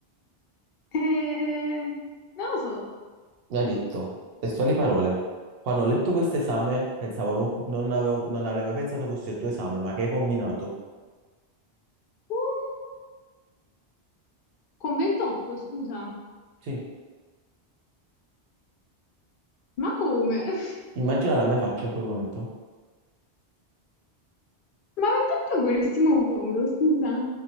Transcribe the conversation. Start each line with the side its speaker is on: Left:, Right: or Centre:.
Left: Eh, eh, non lo so,
Right: Mi ha detto, testuali parole, quando ho letto questo esame, pensavo, non, non avevo- non avrei mai pensato fosse il tuo esame, ma che hai combinato?
Left: Uh, con 28, scusa,
Right: Sì.
Left: ma come? <laughs>
Right: Immagina la mia faccia in quel momento.
Left: Ma 28 è un buonissimo modo, scusa.